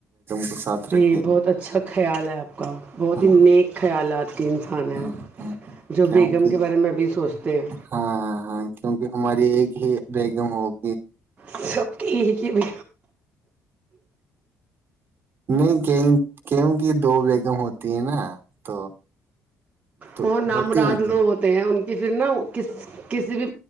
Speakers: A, on the right; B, on the right.
A: کو ساتھ
B: نہیں
A: رکھے ہیں
B: بہت اچھا خیال ہے آپ کا بہت
A: ہاں
B: ہی نیک خیالات کی انسان
A: ہاں
B: ہے آپ
A: ہاں
B: جو
A: کیونکہ
B: بیگم کے بارے میں ابھی سوچتے ہیں
A: ہاں ہاں کیونکہ ہماری ایک ہی بیگم ہوگ
B: سب کے یہ ہے کہ بھی
A: نہیں کیوں کی دو بیگم ہوتی ہیں نا تو تو
B: وہ نام
A: ہوتی
B: راد
A: ہیں کہ
B: لو ہوتے ہیں ان یہ پھر نہا وہ کس کسی بھی